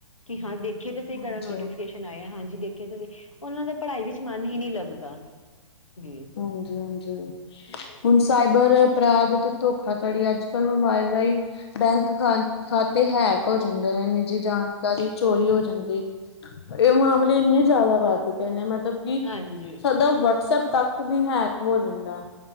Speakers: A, on the left; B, on the left.
A: ਕਿ ਹਾਂ ਦੇਖੀਏ ਤਾਂ ਸਹੀ
B: ਹਾਂਜੀ
A: ਕੇੜਾ ਨੋਟੀਫਿਕੇਸ਼ਨ ਆਇਆ। ਹਾਂਜੀ ਦੇਖੀਏ ਤਾਂ ਸਹੀ ਓਨਾਂ ਦਾ ਪੜ੍ਹਾਈ ਵਿੱਚ ਮਨ ਹੀ ਨਹੀਂ ਲੱਗਦਾ ਜ।
B: ਹਾਂਜੀ- ਹਾਂਜੀ। ਹੁਨ ਸਾਈਬਰ ਅਪਰਾਧ ਤੇ ਧੋਖਾਧੜੀ ਅੱਜ ਕੱਲ੍ਹ ਮੋਬਾਇਲ ਰਾਈ ਬੈਂਕ ਖਾ ਖਾਤੇ ਹੈਕ ਹੋ ਜਾਂਦੇ ਨੇ ਨਿੱਜੀ ਜਾਣਕਾਰੀ ਚੋਰੀ ਹੋ ਜਾਂਦੀ। ਇਹ ਮਾਮਲੇ ਇੰਨੇ ਜਾਦਾ ਵੱਧ ਗਏ ਨੇ ਮਤਲਬ ਕਿ
A: ਹਾਂਜੀ,
B: ਸਾਡਾ ਵਟਸਪ ਤੱਕ ਵੀ ਹੈਕ ਹੋ ਜਾਂਦਾ।